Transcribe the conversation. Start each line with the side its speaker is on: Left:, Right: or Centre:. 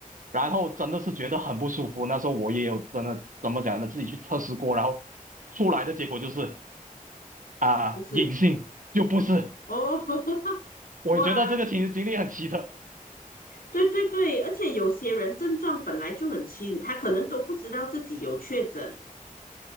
Right: 然后真的是觉得很不舒服。那时候我也有真的怎么讲呢，自己去测试过，然后出来的结果就是啊，
Left: 不是
Right: 隐性就不是。
Left: 哦，<laughs>
Right: 我觉得这个经经历很奇特，
Left: 哇，对对对，而且有些人症状本来就很轻，他可能都不知道自己有确诊。